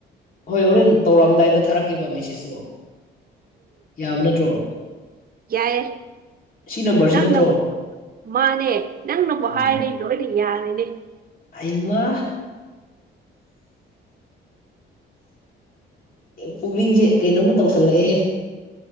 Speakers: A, on the left; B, on the right.
A: ꯍꯣꯏ ꯍꯣꯔꯦꯟ ꯇꯧꯔꯛꯑꯝꯗꯥꯏꯗ ꯊꯥꯔꯛꯀꯦꯕ ꯃꯦꯁꯦꯁꯇꯣ ꯌꯥꯕ ꯅꯠꯇ꯭ꯔꯣ
B: ꯌꯥꯏ
A: ꯁꯤ ꯅꯝꯕꯔꯁꯤ
B: ꯅꯪꯅꯕꯨꯛ
A: ꯅꯠꯇ꯭ꯔꯣ
B: ꯃꯥꯅꯦ ꯅꯪꯅꯕꯨꯨꯛ
A: ꯑꯣ
B: ꯍꯥꯏꯔꯅꯤ ꯂꯣꯏꯅ ꯌꯥꯔꯅꯦ
A: ꯑꯩꯃ ꯄꯨꯛꯅꯤꯡꯁꯦ ꯀꯩꯅꯣꯝꯃ ꯇꯧꯁꯜꯂꯛꯑꯦ